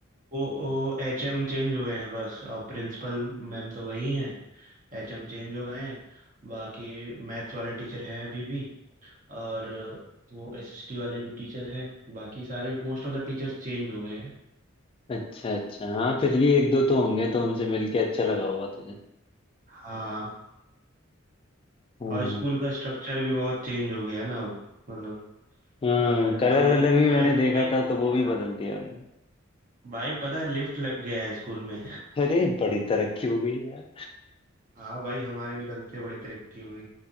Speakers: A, on the right (about 40°); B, on the left (about 25°).
A: वो वो एच एम चेंज हो गए हैं बस और प्रिंसिपल मैम तो वही हैं एच एम चेंज हो गए हैं बाकी मैथ्स वाले टीचर हैं अभी भी और वो एस एस टी वाले भी टीचर हैं बाकी सारे most of the teachers change हो गए हैं
B: अच्छा अच्छा हाँ फिर भी एक दो तो होंगे तो उनसे मिलके अच्छा लगा होगा तुझे
A: हाँ
B: हम्म
A: और स्कूल का स्ट्रक्चर भी बहुत चेंज हो गया है ना अब। मतलब
B: हाँ
A: अ,
B: कलर
A: हम लोग
B: वलर
A: जिस
B: भी मैंने
A: समय थे,
B: देखा
A: भाई
B: था
A: कुछ
B: तो वो
A: नहीं
B: भी
A: था
B: बदल दिया उन्होंने
A: भाई पता है लिफ्ट लग गया है स्कूल में
B: अरे बड़ी तरक्की हो गई यार
A: हाँ भाई हमारे निकलते बड़ी तरक्की हो गई